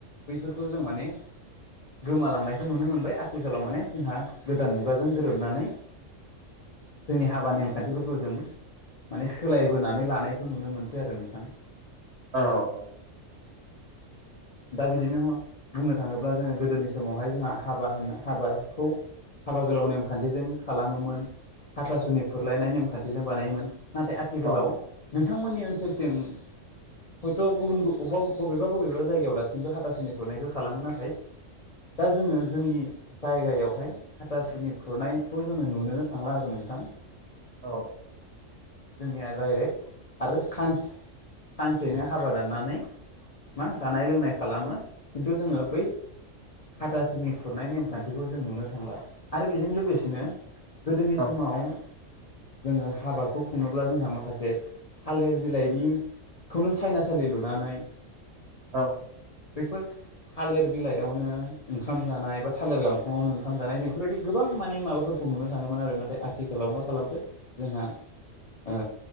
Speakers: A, on the left (about 50°); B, on the right (about 60°).
A: बैफोरखौ जों माने गोमालांनायखौ नुनो मोनबाय आथिखालाव माने जोंहा गोदान मुगाजों गोरोबनानै जोंनि हाबा नेमखान्थिफोरखौ जों माने सोलायबोनानै लानायखौ नुनो मोनसै आरो नोंथां।
B: औ-औ
A: दा बिदिनो बुंनो थाङोब्ला जोङो गोदोनि समावहाय जोंहा हाबा होनो हाबाखौ हाबा गोलाव नेमखान्थिजों खालामोमोन हाथासुनि खुरलायनाय नेमखान्थिजों बानायोमोन। नाथाय आथिखालाव
B: औ
A: नोंथांमोननि ओनसोलथिं हयथ' गुबुन गु अब्बा बबेबा-बबेबा जायगायाव दासिमबो हाथासुनि खुरनायखौ खालामो नाथाय दा जोङो जोंनि जायगायावहाय हाथासुनि खुरनायखौ जोङो नुनोनो थांला आरो नोंथां।
B: औ
A: जोंनिया डाइरेक्ट आरो सान्स सानसेनो हाबा दाननानै मा जानाय लोंनाय खालामो। खिन्थु जोङो बै हाथासुनि खुरनाय नेमखान्थिखौ जों नुनो थांला आरो बेजों लोगोसेनो । गोदोनि
B: औ
A: समाव जोङो हाबाखौ खुङोब्ला जोंहा माखासे थालिर बिलाइनि खौनो सायनासालि लुनानै
B: औ
A: बेफोर थालिर बिलाइयावनो ओंखाम जानाय बा थालिर गांखंआवनो ओंखाम जानाय जों बेफोरबायदि गोबां माने माबाफोर खौ नुनो थाङोमोन आरो नाथाय आथिखालाव मा खालामखो जोंहा ओ